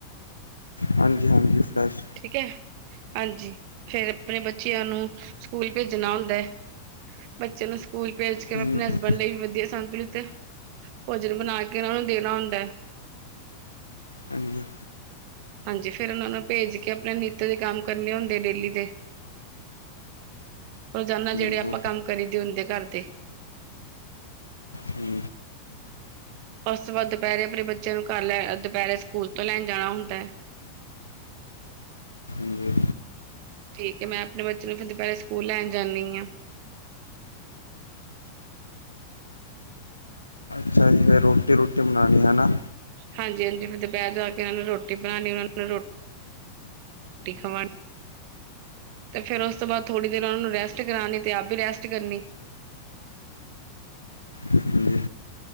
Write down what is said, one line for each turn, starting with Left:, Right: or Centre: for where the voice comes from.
Left: ਹਾਂਜੀ -ਹਾਂਜੀ ਫਰੈਸ਼।
Right: ਠੀਕ ਏ, ਹਾਂਜੀ। ਫੇਰ ਅਪਣੇ ਬੱਚਿਆਂ ਨੂੰ ਸਕੂਲ ਭੇਜਣਾ ਹੁੰਦੈ। ਬੱਚਿਆਂ ਨੂੰ ਸਕੂਲ ਭੇਜ ਕੇ
Left: ਹਾਂਜੀ
Right: ਮੈਂ ਅਪਣੇ ਹਸਬੈਂਡ ਲਈ ਵਧੀਆ ਸੰਕੁਲਿਤ ਭੋਜਨ ਬਨਾ ਕੇ ਓਣਾ ਨੂੰ ਦੇਣਾ ਹੁੰਦੈ।
Left: ਹਾਂਜੀ।
Right: ਹਾਂਜੀ ਫੇਰ ਉਨਾਂ ਨੂੰ ਭੇਜ ਕੇ ਅਪਣੇ ਨਿੱਤ ਦੇ ਕੰਮ ਕਰਨੇ ਹੁੰਦੇ ਡੇਲੀ ਦੇ। ਰੋਜ਼ਾਨਾ ਜੇੜੇ
Left: ਬਿਲਕੁਲ
Right: ਆਪਾਂ ਕੰਮ ਕਰੀਦੇ ਹੁੰਦੇ ਘਰ ਦੇ।
Left: ਹੂੰ।
Right: ਓਸ ਤੋਂ ਬਾਦ ਦੁਪੈਰੇ ਅਪਣੇ ਬੱਚਿਆਂ ਨੂੰ ਘਰ ਲੈ, ਦੁਪੈਰੇ ਸਕੂਲ ਤੋਂ ਲੈਣ ਜਾਣਾ ਹੁੰਦੈ।
Left: ਹਜੀ।
Right: ਠੀਕ ਏ, ਮੈਂ ਅਪਣੇ ਬੱਚੇ ਨੂੰ ਫੇਰ ਦੁਪੈਰੇ ਸਕੂਲ ਲੈਨ ਜਾਨੀ ਆ।
Left: ਅੱਛਾ ਜੀ ਫਿਰ ਰੋਟੀ -ਰੂਟੀ ਬਨਾਨੀ, ਹੈਨਾ?
Right: ਹਾਂਜੀ- ਹਾਂਜੀ, ਫੇਰ ਦੁਪੈਰ ਦ ਆ ਕੇ ਓਨਾਂ ਨੂੰ ਰੋਟੀ ਬਨਾਨੀ, ਓਨਾ ਨੂੰ ਰੋ ਰੋਟੀ ਖਵਾਨ ਤੇ ਫੇਰ ਓਸ ਤੋਂ ਬਾਦ ਥੋੜ੍ਹੀ ਦੇਰ ਓਨਾਂ ਨੂੰ ਰੈਸਟ ਕਰਾਣੀ ਤੇ ਆਪ ਵੀ ਰੈਸਟ ਕਰਨੀ।
Left: ਹਾਂਜੀ।